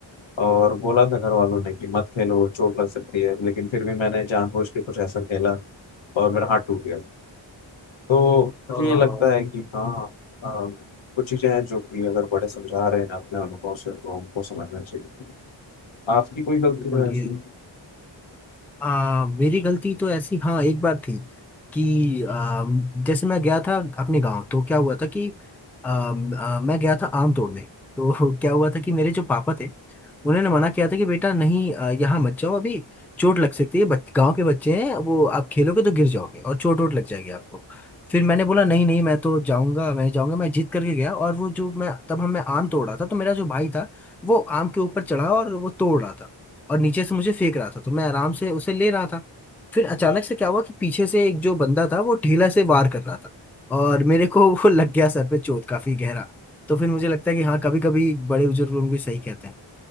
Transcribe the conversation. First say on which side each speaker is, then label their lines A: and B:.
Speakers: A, on the left (about 70°); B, in the centre.
A: और बोला था घर वालों ने कि मत खेलो चोट लग सकती है लेकिन फिर भी मैंने जानबूझ के कुछ ऐसा खेला और मेरा हाथ टूट गया तो मुझे
B: हाँ
A: ये लगता है कि हाँ आ, कुछ चीज़ें हैं जो कि अगर बड़े समझा रहे हैं अपने अनुभव से तो हमको समझना चाहिए आपकी कोई गलती
B: बिल्कुल
A: है ऐसी
B: ये आ, मेरी गलती तो ऐसी हाँ एक बात थी कि आ, जैसे मैं गया था अपने गांव तो क्या हुआ था कि आ, आ, मैं गया था आम तोड़ने तो <laughs> क्या हुआ था कि मेरे जो पापा थे उन्होंने मना किया था कि बेटा नहीं आ, यहाँ मत जाओ अभी चोट लग सकती है बच, गांव के बच्चे हैं वो आप खेलोगे तो गिर जाओगे और चोट वोट लग जाएगी आपको फिर मैंने बोला नहीं नहीं मैं तो जाऊंगा मैं जाऊंगा मैं जिद करके गया और वो जो मैं तब हम मैं आम तोड़ रहा था तो मेरा जो भाई था वो आम के ऊपर चढ़ा और वो तोड़ रहा था और नीचे से मुझे फेंक रहा था तो मैं आराम से उसे ले रहा था फिर अचानक से क्या हुआ कि पीछे से एक जो बंदा था वो ढेला से वार कर रहा था और मेरे को <laughs> वो लग गया सर पे चोट काफी गहरा तो फिर मुझे लगता है कि हाँ कभी कभी बड़े बुजुर्ग लोग भी सही कहते हैं